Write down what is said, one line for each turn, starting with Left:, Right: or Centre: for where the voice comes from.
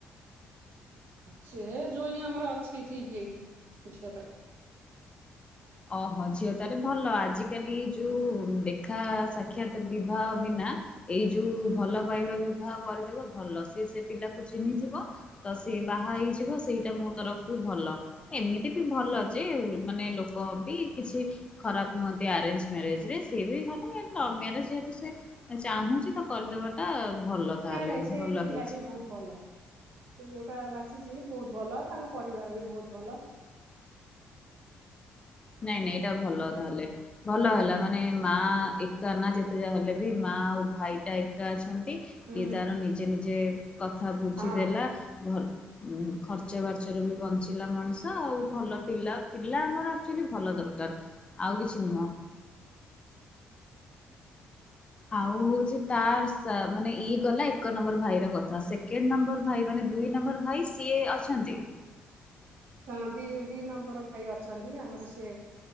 Right: ସେ ଜୋଇଁ ଆମର ଅଛି ଠିକ୍ ହେ କିି ବୁଝିିବା ପାଇଁ।
Left: ଓହୋଃ, ଝିଅ ତାହେଲେ ଭଲ ଆଜିକାଲି ଯୋଉ ଦେଖା ସାକ୍ଷାତ ବିବାହ ବିନା ଏଇ ଯୋଉ ଭଲ ପାଇବା ବିବାହ କରିଦେବ ଭଲ ସିଏ ସେ ପିଲାକୁ ଚିହ୍ନିଥିବ। ତ ସିଏ ବାହା ହେଇଯିବ ସେଇଟା ମୋ ତରଫରୁ ଭଲ। ଏମିତି ବି ଭଲ ଯେ ମାନେ ଲୋ ଲୋକ ବି କିଛି ଖରାପ ନୁହନ୍ତି ଆରେଞ୍ଜ୍ ମ୍ୟାରେଜରେ ସିଏ ବି ଭଲ, ଲଭ୍ ମ୍ୟାରେଜ୍ ଯେହେତୁ ସେ ଚାହୁଁଛି ତ କରିଦେବାଟା ଭଲ ତାହେଲେ
Right: ନାଇଁ ନାଇଁ ସେ
Left: ଭଲ
Right: ପିଲା
Left: ହେଇଛି।
Right: ବି ବହୁତ ଭଲ। ସେ ଯୋଉଟା ବାଛିଛି ବହୁତ ଭଲ ତାଙ୍କ ପରିବାର ବି ବହୁତ ଭଲ।
Left: ନାଇଁ ନାଇଁ ଏଇଟା ଭଲ ତାହେଲେ। ଭଲ ହେଲା ମାନେ ମାଆ ଏକା ନା, ଯେତେ ଯାହେଲେ ବି ମାଆ ଆଉ ଭାଇଟା ଏକା ଅଛନ୍ତି।
Right: ହୁଁ
Left: ଇଏ ତାର ନିଜେ ନିଜେ କଥା
Right: ହଁ।
Left: ବୁଝିଦେଲା ଭଲ୍। ଉଁ ଖର୍ଚ୍ଚ ବାର୍ଚ୍ଚରୁ ବି ବଞ୍ଚିଲା ମଣିଷ, ଆଉ ଭଲ ପିଲା ପିଲା ଆମର ଆକ୍ଚୁଆଲି ଭଲ ଦରକାର ଆଉ କିଛି ନୁହଁ। ଆଉ ହଉଛି ତାର୍ ସା ମାନେ ଇଏ ଗଲା ଏକ ନମ୍ବର। ଭାଇର କଥା, ସେକେଣ୍ଡ ନମ୍ବର ଭାଇ ମାନେ ଦୁଇ ନମ୍ବର ଭାଇ ସିଏ ଅଛନ୍ତି?
Right: ସନ୍ଦୀ ଦି ନମ୍ବର ଭାଇ ଅଛନ୍ତି ଆମର ସେ